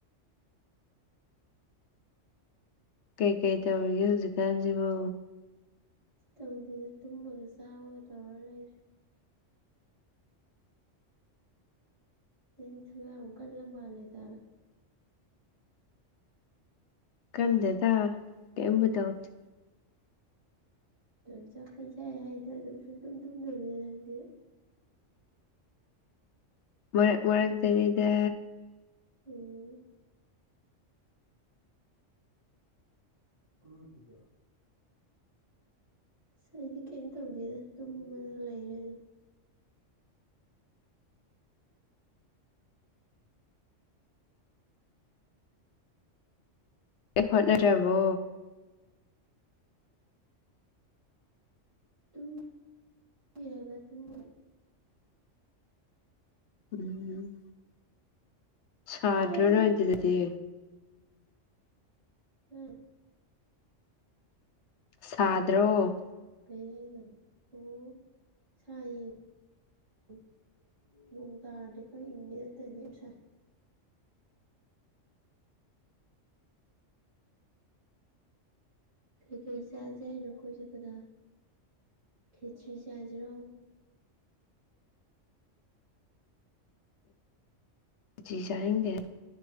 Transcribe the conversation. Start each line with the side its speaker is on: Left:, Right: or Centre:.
Left: ꯀꯩ ꯀꯩ ꯇꯧꯔꯤꯒꯦ ꯍꯧꯖꯤꯛꯀꯥꯟꯖꯤꯕꯣ
Right: ꯑꯁ ꯇꯧꯗꯦꯗ ꯇꯨꯝꯕꯒ ꯆꯥꯕꯒ ꯇꯧꯔ ꯂꯩꯔꯦ ꯅꯪ ꯊꯕꯛ ꯌꯥꯝ ꯀꯜꯂ ꯃꯥꯜꯂꯦꯗ
Left: ꯀꯟꯗꯦꯗ ꯀꯦꯝꯕꯨ ꯇꯧꯗꯦ
Right: ꯂꯪ ꯆꯥꯛ ꯀꯩ ꯆꯥꯛꯏ ꯍꯥꯏꯗ ꯅꯪ ꯁꯨꯛꯇꯨꯝ ꯇꯨꯝꯗꯕꯤꯗ ꯅꯪꯗꯤ
Left: ꯃꯔꯛ ꯃꯔꯛꯇꯅꯤꯗ
Right: ꯑꯣ ꯈꯨꯔꯨ ꯑꯅꯤꯖꯦ ꯑꯁ ꯑꯩꯗꯤ ꯀꯩꯝ ꯇꯧꯗꯦꯗ ꯇꯨꯝꯕꯗ ꯂꯩꯔꯦ ꯑꯗꯨꯝ
Left: ꯀꯩꯝ ꯍꯣꯠꯅꯗ꯭ꯔꯥꯕꯣ
Right: ꯇꯨꯝ ꯃꯤ ꯍꯥꯏꯕ ꯇꯨꯝ <unintelligible>
Left: ꯎꯝ ꯁꯥꯗ꯭ꯔꯣ
Right: ꯑꯥ
Left: ꯅꯣꯏ ꯑꯗꯨꯗꯗꯤ
Right: ꯎꯝ
Left: ꯁꯥꯗ꯭ꯔꯣ
Right: ꯀꯩ ꯍꯥꯏꯅꯣ ꯑꯣ ꯁꯥꯏꯌꯦ ꯎꯝ ꯅꯣꯡ ꯇꯥꯔꯗꯤ ꯈꯔ ꯏꯪꯉꯤ ꯅꯠꯇꯥꯗꯤ ꯌꯥꯝ ꯁꯥꯏ ꯀꯩꯀꯩ ꯆꯥꯖꯤ ꯍꯥꯏꯅꯣ ꯀꯣꯏ ꯆꯠꯄꯗ ꯈꯦꯆ꯭ꯔꯤ ꯆꯥꯖꯤꯔꯣ
Left: ꯈꯦꯆꯤ ꯆꯥꯅꯤꯡꯗꯦ